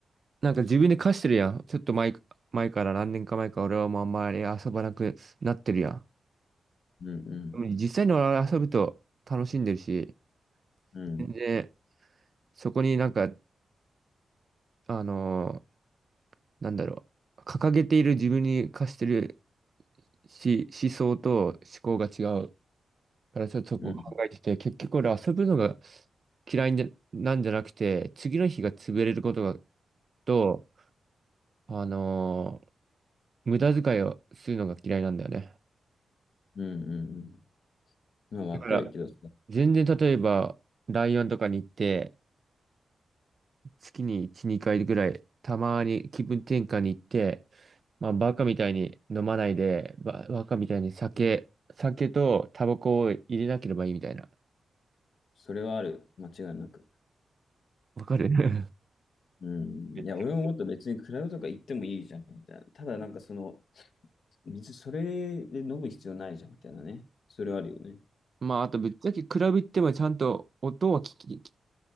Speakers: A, on the right; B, on the left.
A: なんか自分で課してるやん。ちょっと前、前から何年か前から俺はもうあんまり遊ばなくなってるやん。
B: うんうん。
A: でも実際に俺は遊ぶと楽しんでるし、
B: うん。
A: 全然そこになんか、あのーなんだろう、掲げている自分に課してるし、思想と思考が違うから、ちょっとそこを考えてて、
B: うん。
A: 結局俺遊ぶのが嫌いでなんじゃなくて、次の日が潰れることが、と、あのー無駄遣いをするのが嫌いなんだよね。
B: うんうん。まあ、
A: だから、
B: わかるけど、そ
A: 全然例えば、ライオンとかに行って、月に1、2回ぐらい、たまに気分転換に行って、まあ、バカみたいに飲まないで、バ、バカみたいに酒、酒とタバコを入れなければいいみたいな。
B: それはある。間違いなく。
A: わかる
B: うん。
A: <laughs>
B: いや、俺ももっと別にクラブとか行ってもいいじゃん、みたいな。ただ、なんかその、別にそれで飲む必要ないじゃん、みたいなね。それはあるよね。
A: まあ、あとぶっちゃけクラブ行ってもちゃんと音は聞き、ち